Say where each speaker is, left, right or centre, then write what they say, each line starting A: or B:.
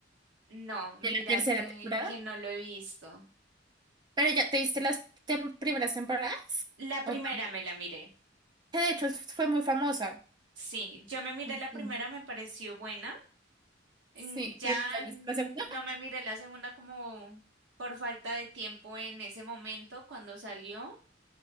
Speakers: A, on the right; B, on the right.
A: No, mira
B: de la tercera
A: que,
B: temporada,
A: que no lo he visto.
B: pero ya te viste las tem- primeras temporadas,
A: La primera
B: o tam-
A: me la miré.
B: que de hecho fue muy famosa.
A: Sí, yo me miré
B: Ujú.
A: la primera, me pareció buena. Mm,
B: Sí,
A: Ya
B: pero no ¿te has visto la segunda?
A: no me miré la segunda como por falta de tiempo en ese momento cuando salió